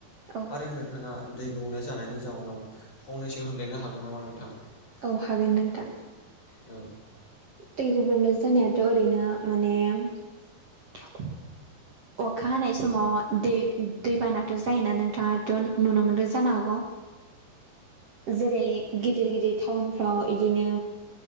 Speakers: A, on the right; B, on the left.
A: औ
B: आरो नोंथाङा दै गुबुंले जानायनि जाउनाव फंनैसो होनदेरनो हागोन नामा नोंथां?
A: औ हागोन नोंथां।
B: औ।
A: दै गुंबुंले जानायाथ' ओरैनो माने <inaudible> अखा हानाय समाव दै दैबानाथ' जायोना नोंथाङाथ' नुनो मोनदों जानो हागौ। जेरै गिदिर-गिदिर टाउनफ्राव इदिनो